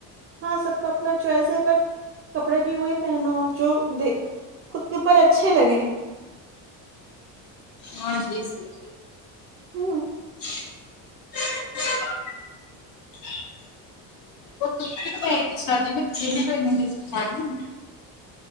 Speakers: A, on the right; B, on the left.
A: ہاں سب کا اپنا چوائس ہے بٹ کپڑے بھی وہی پہنو جو خود کے اوپر اچھے لگے
B: ہاں یہ صحیح کہ رہی ہو
A: ہوں
B: <inaudible> <unintelligible>